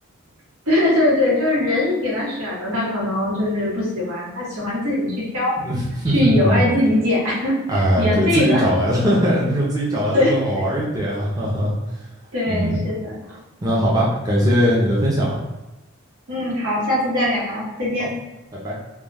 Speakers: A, on the right; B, on the right.
A: <laughs> 对对对，就是人给他选的，他可能就是不喜欢，他喜欢自己去挑，
B: <laughs>
A: 去野外自己捡，
B: 嗯，
A: <laughs>
B: 哎，
A: 免费的。
B: 对，自己找来的 <laughs> 那种自己找来的更好玩一点啊，
A: <laughs> 对
B: <laughs>
A: 对，
B: 嗯，
A: 是的，
B: 那好吧，
A: 嗯
B: 感谢你的分享啊，
A: 嗯，好，下次再聊，再见。
B: 好，拜拜。